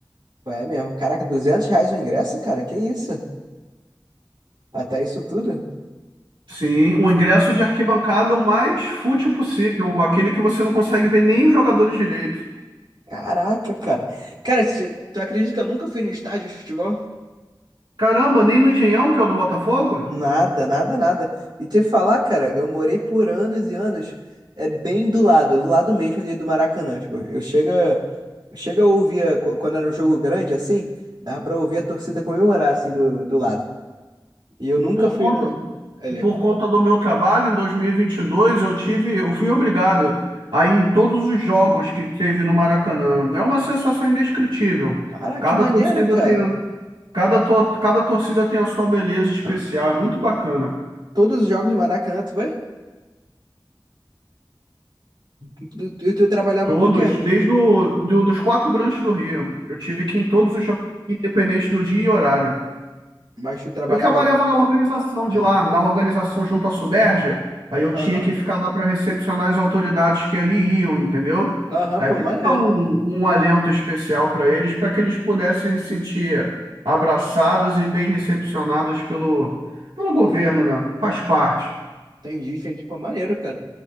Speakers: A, on the right; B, on the right.
A: É mesmo. Caraca, 200 reais o ingresso, cara? Que isso? Até isso tudo?
B: Sim, o ingresso de arquibancada é o mais fútil possível, aquele que você não consegue ver nem os jogador direito.
A: Caraca, cara. Cara, se- tu acredita que eu nunca fui no estádio de futebol?
B: Caramba, nem no Engenhão, que é o do Botafogo?
A: Nada, nada, nada. E te falar, cara, eu morei por anos e anos, é bem do lado, do lado mesmo ali do Maracanã. Tipo, eu chega, chega a ouvir, a- qu- quando era um jogo grande assim, dava pra ouvir a torcida comemorar assim do, do lado. E eu nunca
B: Por
A: fui
B: conta,
A: na, ali.
B: por conta do meu trabalho, em dois mil e e vinte e dois eu tive, eu fui obrigado a ir em todos os jogos que teve no Maracanã. É uma sensação indescritível.
A: Caraca,
B: Cada
A: que maneiro,
B: torcida
A: cara.
B: tem, cada, to- cada torcida tem a sua beleza especial. É muito bacana, cara.
A: Todos os jogos do Maracanã, tu vai? E tu, tu- tu trabalhava
B: Todos,
A: com o quê?
B: desde o, do, dos quatro grandes do Rio. Eu tive que ir em todos os jogos, independente do dia e horário.
A: Mas tu trabalhava.
B: Eu trabalhava na organização de
A: Ah,
B: lá,
A: tá.
B: na organização junto à Suderja, aí eu
A: Aham,
B: tinha que ficar lá para recepcionar as autoridades que ali iam, entendeu?
A: aham,
B: Aí
A: pô,
B: tem
A: maneiro.
B: que dar um, um alento especial para eles, para que eles pudessem se sentir abraçados e bem recepcionados pelo, pelo governo, né? Faz parte.
A: Entendi, entendi, pô, maneiro, cara.